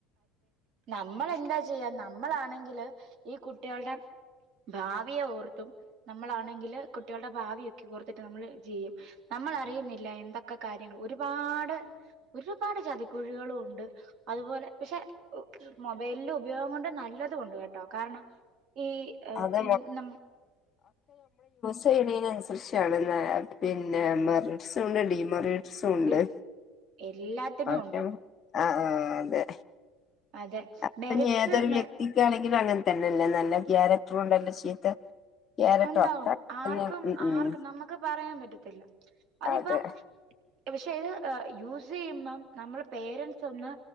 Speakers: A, on the right; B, on the left.
A: നമ്മൾ എന്താ ചെയ്യാം നമ്മളാണെങ്കില് ഈ കുട്ടികളുടെ ഭാവിയെ ഓർത്തും നമ്മളാണെങ്കില് കുട്ടികളുടെ ഭാവിയൊക്കെ ഓർത്തിട്ട് നമ്മള് ചെയ്യും നമ്മൾ അറിയുന്നില്ല എന്തൊ കാര്യങ്ങ ഒരുപാട് ഒരുപാട് ചതിക്കുഴികളും ഉണ്ട് അതുപോലെ പക്ഷെ മൊബൈലില് ഉപയോഗം കൊണ്ട് നല്ല കൊണ്ട് കേട്ടോ കാരണം ഈ
B: അത്
A: ന
B: ചെടീനനുസരിച്ചാണ് പിന്നെ മറിറ്റ്സ ഉണ്ട് ഡിമൊറിറ്റ് സുണ്ട്..
A: ഇത് എല്ലാത്തിനും
B: ഒക്കെന്ന
A: ഉണ്ട്
B: ആഹ ആഹ അതെ
A: അതെ
B: ഇപ്പൊ
A: മെറിറ്റ്സ്
B: ഇനി ഏതൊരു
A: മ
B: വ്യക്തിക്കാണെങ്കിലും അങ്ങനെ തന്നെയല്ലേ നല്ല ക്യാരക്ടറ കൊണ്ടല്ല ചീത്ത ക്യാരക്ടർ
A: ഒണ്ടാവും
B: ഒക്കെ
A: ആർക്കും
B: തന്നെ
A: ആർക്കും നമ്മക്ക് പറയാൻ പറ്റത്തില്ല അതിപ്പം
B: അതെ
A: ഇഷ് പക്ഷെ ഇത് യൂസ് ചെയ്യുമ്പം നമ്മുടെ പേരൻറ്സ് ഒന്ന്